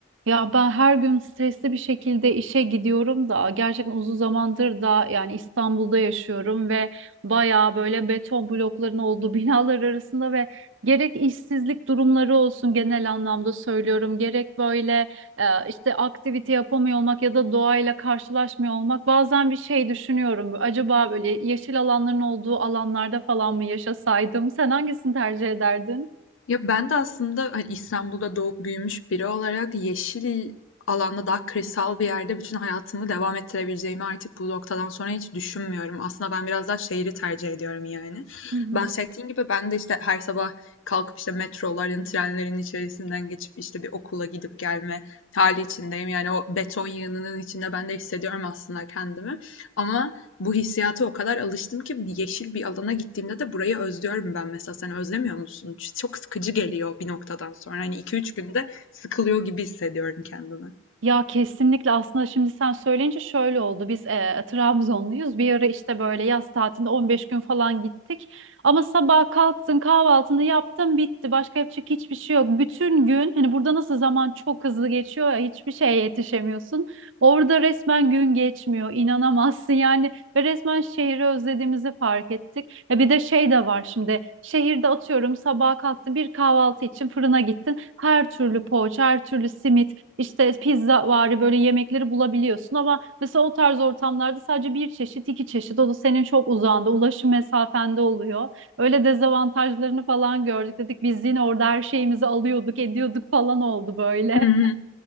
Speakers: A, on the right; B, on the left.
A: Ya ben her gün stresli bir şekilde işe gidiyorum da gerçekten uzun zamandır da yani İstanbul'da yaşıyorum ve bayağı böyle beton blokların olduğu <laughs> binalar arasında ve gerek işsizlik durumları olsun genel anlamda söylüyorum gerek böyle e, işte aktivite yapamıyor olmak ya da doğayla karşılaşmıyor olmak bazen bir şey düşünüyorum. Acaba böyle yeşil alanların olduğu alanlarda falan mı yaşasaydım? Sen hangisini tercih ederdin?
B: Ya ben de aslında hani İstanbul'da doğup büyümüş biri olarak yeşil alanda daha kırsal bir yerde bütün hayatımı devam ettirebileceğimi artık bu noktadan sonra hiç düşünmüyorum. Aslında ben biraz daha şehri tercih ediyorum yani.
A: Hı hı.
B: Bahsettiğin gibi ben de işte her sabah kalkıp işte metroların, trenlerin içerisinden geçip işte bir okula gidip gelme hali içindeyim. Yani o beton yığınının içinde ben de hissediyorum aslında kendimi. Ama bu hissiyata o kadar alıştım ki yeşil bir alana gittiğimde de burayı özlüyorum ben mesela. Sen özlemiyor musun? Çok sıkıcı geliyor bir noktadan sonra. Hani iki üç günde sıkılıyor gibi hissediyorum kendimi.
A: Ya kesinlikle aslında şimdi sen söyleyince şöyle oldu. Biz e, Trabzonluyuz. Bir ara işte böyle yaz tatilinde 15 gün falan gittik. Ama sabah kalktın, kahvaltını yaptın, bitti. Başka yapacak hiçbir şey yok. Bütün gün hani burada nasıl zaman çok hızlı geçiyor ya hiçbir şeye yetişemiyorsun. Orada resmen gün geçmiyor. inanamazsın <laughs> yani ve resmen şehri özlediğimizi fark ettik. Ya bir de şey de var şimdi. Şehirde atıyorum sabah kalktın bir kahvaltı için fırına gittin. Her türlü poğaça, her türlü simit işte pizza vari böyle yemekleri bulabiliyorsun ama mesela o tarz ortamlarda sadece bir çeşit iki çeşit o da senin çok uzağında ulaşım mesafende oluyor. Öyle dezavantajlarını falan gördük dedik biz yine orada her şeyimizi alıyorduk ediyorduk falan oldu böyle.
B: Hı hı.